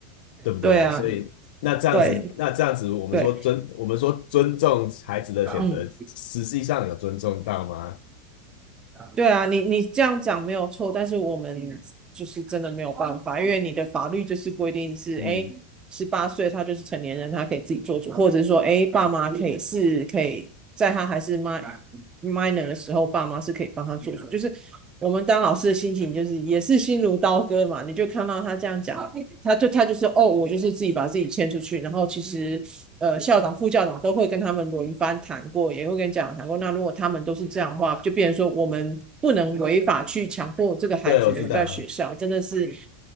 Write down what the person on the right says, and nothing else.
对啊，
对
对，
嗯。
对啊，你你这样讲没有错，但是我们就是真的没有办法，因为你的法律就是规定是，
哎，十八岁他就是成年人，他可以自己做主，或者是说，哎，爸妈可以是可以在他还是 min o r minor 的时候，爸妈是可以帮他做主，就是我们当老师的心情就是也是心如刀割嘛，你就看到他这样讲，他就他就是哦，我就是自己把自己牵出去，然后其实呃校长、副校长都会跟他们轮番谈过，也会跟家长谈过。那如果他们都是这样的话，就变成说我们不能违法去强迫这个孩子留在学校，
真的是